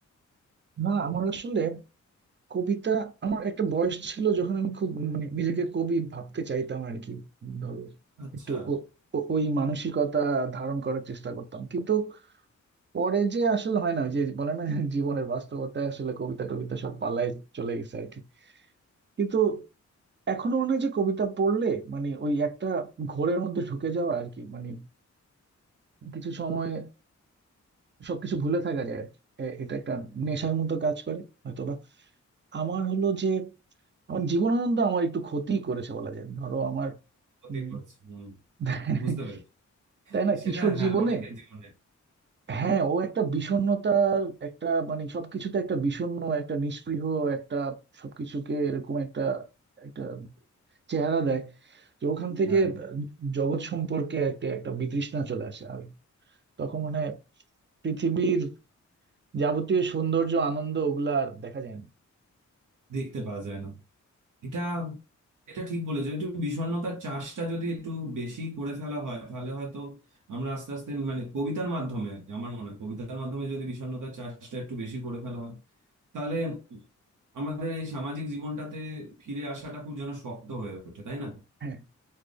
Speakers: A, on the right (about 40°); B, on the right (about 85°).
A: না আমার আসলে কবিতা আমার একটা বয়স ছিল যখন আমি খুব মানে নিজেকে কবি ভাবতে চাইতাম আর কি ধরো
B: আচ্ছা
A: একটু ও- ও- ওই মানসিকতা ধারণ করার চেষ্টা করতাম কিন্তু পরে যে আসলে হয় না ওই যে বলে না <laughs> জীবনের বাস্তবতায় আসলে কবিতা টবিতা সব পালায় চলে গেছে আর কি কিন্তু এখনো মনে হয় যে কবিতা পড়লে মানে ওই একটা ঘোরের মধ্যে ঢুকে যাওয়া আর কি মানে কিছু সময় সবকিছু ভুলে থাকা যায় আর কি। এ- এটা একটা নেশার মতো কাজ করে হয়তোবা আমার হলো যে এখন জীবনানন্দ আমার একটু ক্ষতি করেছে বলা যায় ধরো আমার
B: হতে
A: উম,
B: করেছে হম
A: <laughs>
B: বুঝতে পেরেছি
A: তাই না
B: সেটা
A: কিশোর
B: হ্যাঁ
A: জীবনে
B: অনেকের জীবনে
A: হ্যাঁ ও একটা বিষণ্ণতার একটা মানে সবকিছুতে একটা বিষণ্ণ একটা নিস্পৃহ একটা সবকিছুকে এরকম একটা একটা চেহারা দেয় যে ওখান থেকে
B: হ্যাঁ
A: জগৎ সম্পর্কে একটা একটা বিতৃষ্ণা চলে আসে আর তখন মানে পৃথিবীর যাবতীয় সৌন্দর্য আনন্দ ওগুলা আর দেখা যায় না
B: দেখতে পাওয়া যায় না এটা এটা ঠিক বলেছো একটু বিষণ্ণতার চাষটা যদি একটু বেশি করে ফেলা হয় তাহলে হয়তো আমরা আস্তে আস্তে মানে কবিতার মাধ্যমে আমার মনে হয় কবিতার মাধ্যমে যদি বিষণ্ণতার চাষটা একটু বেশি করে ফেলা হয় তাহলে আমাদের এই সামাজিক জীবনটাতে ফিরে আসাটা খুব যেন শক্ত হয়ে ওঠে তাই না
A: হম